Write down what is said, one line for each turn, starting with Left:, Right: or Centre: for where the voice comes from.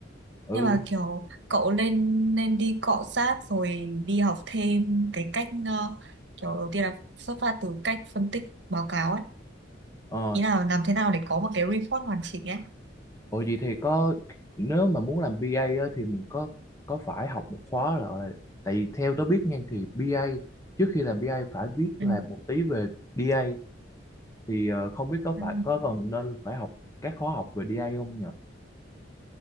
Left: ừ
Right: nhưng mà kiểu cậu nên nên đi cọ sát rồi đi học thêm cái cách ờ, kiểu đầu tiên là xuất phát từ cách phân tích báo cáo ấy
Left: ờ
Right: ý là làm thế nào để có một cái report hoàn chỉnh ấy
Left: ồ vậy thì có nếu mà muốn làm BA á, thì mình có có phải học một khóa là tại vì theo tớ biết nha thì BA trước khi làm BA phải biết
Right: ừ
Left: làm một tí về DA thì ờ, không biết có
Right: ừ
Left: phải có cần nên phải học các khóa học về DA không nhỉ